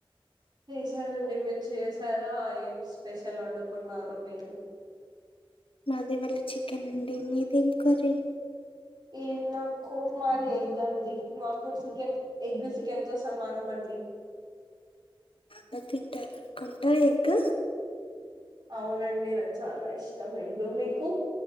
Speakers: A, on the right; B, on the left.
A: చేశనండి మీరు చేసారా ఏం స్పెషల్ వండుకున్నారు మీరు
B: మాది వాళ్ళ చికెన్ అండి మీది ఏం కర్రీ
A: ఈ నాకు మాది ఎగ్ అండి మాకు చికెన్ ఎగ్ చికెన్ తో సమానం అండి
B: బాగా తింటాన కొంటారా ఎగ్
A: అవునండి నాకు చాలా ఇష్టం ఎగ్గు మీకు